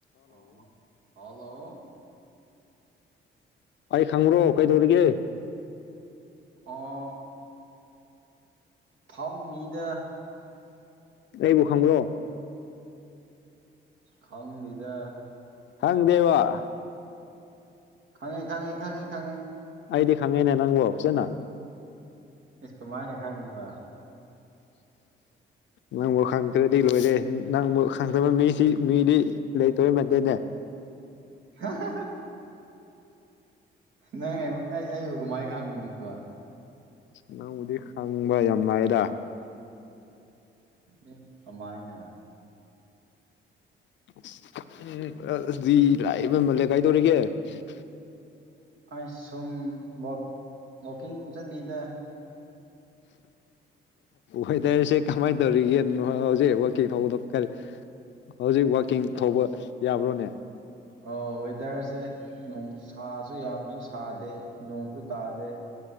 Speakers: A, on the right; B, on the left.
A: Hello hello
B: ꯑꯩ ꯈꯪꯕ꯭ꯔꯣ ꯀꯩꯗꯧꯔꯤꯒꯦ
A: ꯑꯣ ꯐꯝ ꯃꯤꯗ
B: ꯑꯩꯕꯨ ꯈꯪꯕꯔꯣ
A: ꯈꯪꯗꯦꯗꯥ
B: ꯍꯪ ꯗꯦꯕ
A: ꯈꯪꯉꯦ ꯈꯪꯉꯦ ꯈꯪꯉꯦ ꯈꯪꯉꯦ
B: ꯑꯩꯗꯤ ꯈꯪꯉꯤꯅ ꯅꯪꯕꯨ ꯐꯖꯟꯅ
A: ꯏꯁ ꯀꯃꯥꯏꯅ ꯈꯪꯉꯤꯕ
B: ꯅꯪꯕꯨ ꯈꯪꯗ꯭ꯔꯗꯤ ꯂꯣꯏꯔꯦ ꯅꯪꯕꯨ ꯈꯪꯗꯕ ꯃꯤꯁꯤ ꯃꯤꯗꯤ ꯂꯩꯇꯩ ꯃꯟꯗꯦꯅꯦ
A: ꯍꯥ ꯍꯥ ꯅꯪ ꯑꯩ ꯑꯩꯕꯨ ꯀꯃꯥꯏꯅ ꯈꯪꯉꯤꯅꯣꯕ
B: ꯅꯪꯕꯨꯗꯤ ꯍꯪꯕ ꯌꯥꯝ ꯂꯥꯏꯗ
A: ꯑꯦ ꯀꯃꯥꯏꯅ
B: <unintelligible>
A: ꯑꯩ ꯁꯨꯝ ꯋꯥꯛ ꯋꯥꯛꯀꯤꯡ ꯆꯠꯂꯤꯗ
B: ꯋꯦꯗꯔꯁꯦ ꯀꯃꯥꯏꯅ ꯇꯧꯔꯤꯒꯦ ꯍꯧꯖꯤꯛ ꯋꯥꯛꯀꯤꯡ ꯊꯣꯛꯕꯗꯣ ꯀꯔꯤ ꯍꯧꯖꯤꯛ ꯋꯥꯛꯀꯤꯡ ꯊꯣꯛꯄ ꯌꯥꯕ꯭ꯔꯣꯅꯦ
A: ꯑꯣ ꯋꯦꯗꯔꯁꯦ ꯅꯣꯡꯁꯥꯁꯨ ꯌꯥꯝꯅꯁꯨ ꯁꯥꯗꯦ ꯅꯣꯡꯁꯨ ꯇꯥꯗꯦ